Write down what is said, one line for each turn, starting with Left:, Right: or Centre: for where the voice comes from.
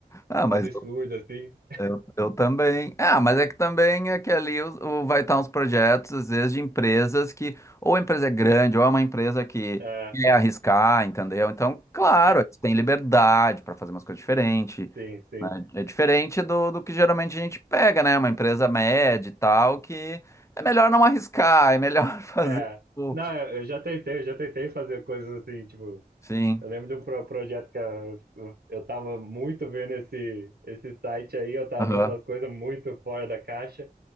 Left: ah, mas
Right: absurdo,
Left: eu,
Right: assim,
Left: eu, eu também. Ah, mas é que também é que ali o, o- vai estar uns projetos, às vezes, de empresas que, ou a empresa é grande, ou é uma empresa que
Right: é,
Left: quer arriscar, entendeu? Então, claro,
Right: é,
Left: eles têm liberdade para fazer umas coisas diferentes,
Right: sim, sim,
Left: né? É diferente do, do que geralmente a gente pega, né? Uma empresa média e tal, que é melhor não arriscar, é melhor <laughs> fazer
Right: é,
Left: o.
Right: não, eu eu já tentei, eu já tentei fazer coisas assim, tipo,
Left: Sim.
Right: Eu lembro de um pro- projeto que eu, eu eu tava muito vendo esse, esse site aí, eu tava
Left: Aham.
Right: vendo umas coisas muito fora da caixa.